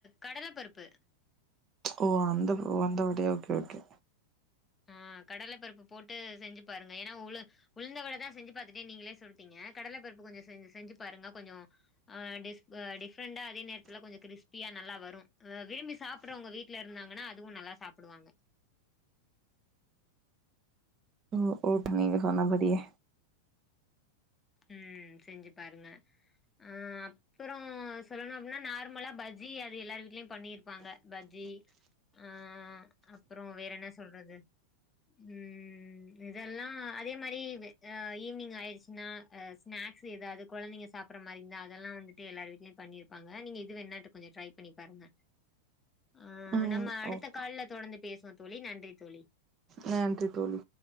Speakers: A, on the left; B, on the right.
A: கடல பருப்பு
B: ஓ அந்த அந்தவடையா ஓகே ஓகே
A: ஆஹ் ஆஹ் கடலை பருப்பு போட்டு செஞ்சு பாருங்க ஏன்னா உளு உளுந்தவட தான் செஞ்சு பாத்துட்டே நீங்களே சொல்டீங்க கடலை பருப்பு இப்ப கொஞ்ச செஞ் செஞ்சு பாருங்க கொஞ்ச ஆஹ் டிஃப் டிஃபரெண்டா அதே நேரத்தில கொஞ்ச கிரிஸ்பியா நல்லா வரும் விரும்பி சாப்டுறவங்க வீட்ல இருந்தாங்கன்னா அதுவும் நல்லா சாப்டுவாங்க
B: ஓ ஓகேங்க நீங்க சொன்ன படியே
A: உம் செஞ்சு பாருங்க ஆஹ் அப்புறம் சொல்லணு அப்படின்னா நார்மலா பஜ்ஜி அது எல்லார் வீட்லயும் பண்ணிருப்பாங்க பஜ்ஜி இப்டி அஹ் அப்புறம் வேற என்ன சொல்றது உம் இதெல்லா அதே மாதிரி ஈவினிங் ஆயிடுச்சுன்னா ஆஹ் ஸ்நாக்ஸ் ஏதாவது கொழந்தைங்க சாப்டுற மாரி இருந்தா அதெல்லா வந்துட்டு எல்லார் வீ்ட்லயும் பண்ணிருப்பாங்க நீங்க இது வேனாட்டு கொஞ்ச ட்ரை பண்ணி பாருங்க ஆஹ்
B: ம்
A: நம்ம அடுத்த
B: ஓகே
A: கால்ல தொடர்ந்து பேசுவோம் தோழி நன்றி தோழி
B: நன்றி தோழி